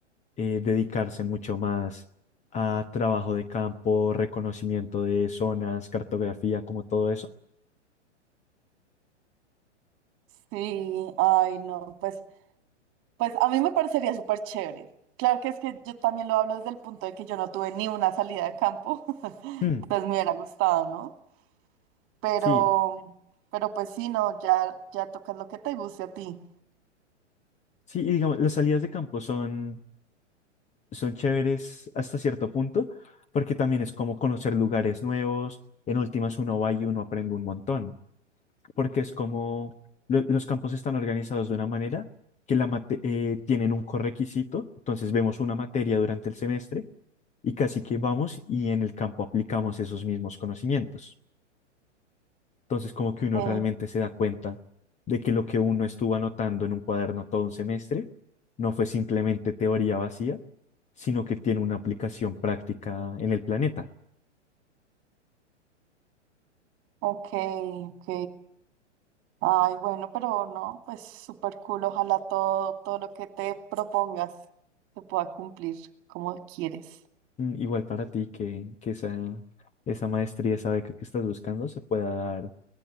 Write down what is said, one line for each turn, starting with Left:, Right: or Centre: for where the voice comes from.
Left: eh, dedicarse mucho más a trabajo de campo, reconocimiento de zonas, cartografía, como todo eso.
Right: Sí, ay, no, pues, pues a mí me parecería súper chévere. Claro que es que yo también lo hablo desde el punto de que yo no tuve ni una salida de campo, <laughs>
Left: Mm,
Right: pues me hubiera gustado, ¿no? Pero,
Left: sí,
Right: pero pues sí, no, ya, ya tocas lo que te guste a ti.
Left: sí, y digamos, las salidas de campo son, son chéveres hasta cierto punto, porque también es como conocer lugares nuevos. En últimas, uno va y uno aprende un montón. porque es como lo- los campos están organizados de una manera que la mate- eh, tienen un correquisito, entonces vemos una materia durante el semestre y casi que vamos y en el campo aplicamos esos mismos conocimientos. Entonces como que uno
Right: Sí,
Left: realmente se da cuenta de que lo que uno estuvo anotando en un cuaderno todo un semestre no fue simplemente teoría vacía, sino que tiene una aplicación práctica en el planeta.
Right: ok, ok. Ay, bueno, pero no, pues súper cool. Ojalá todo, todo lo que te propongas se pueda cumplir como quieres.
Left: Mm, Igual para ti que, que esa, esa maestría, esa beca que estás buscando se pueda dar